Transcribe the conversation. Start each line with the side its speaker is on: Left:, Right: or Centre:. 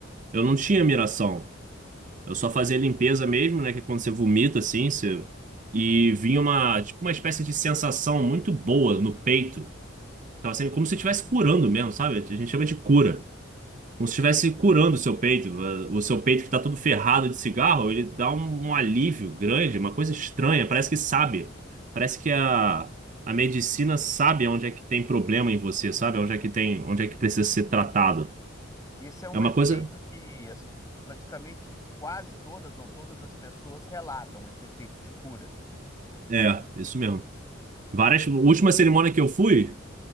Right: eu não tinha miração. Eu só fazia limpeza mesmo, né? Que é quando você vomita assim, você... e vinha uma, tipo, uma espécie de sensação muito boa no peito. Tava sendo como se estivesse curando mesmo, sabe? A gente chama de cura. Como se estivesse curando o seu peito. Eh, O seu peito que tá todo ferrado de cigarro, ele dá um, um alívio grande, uma coisa estranha. Parece que sabe. Parece que a, a medicina sabe onde é que tem problema em você, sabe? Onde é que tem, onde é que precisa ser tratado.
Left: e esse é um
Right: É uma
Left: efeito
Right: coisa.
Left: que as- praticamente quase todas ou todas as pessoas relatam esse efeito de cura.
Right: É, isso mesmo. Várias. A última cerimônia que eu fui.